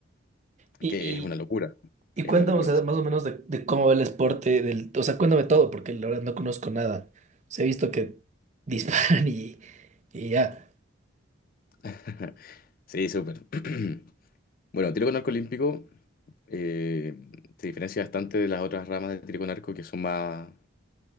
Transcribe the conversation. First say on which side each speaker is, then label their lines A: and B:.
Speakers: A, on the right; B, on the left.
A: Y,
B: que es una locura,
A: y, y
B: es
A: cuéntame,
B: una locura.
A: o sea,
B: o sea.
A: más o menos de, de cómo va el esporte del... O sea, cuéntame todo, porque la verdad no conozco nada. Se he visto que <laughs> disparan y, y ya.
B: <laughs> Sí, súper. <clears throat> Bueno, tiro con arco olímpico eh, se diferencia bastante de las otras ramas de tiro con arco que son más,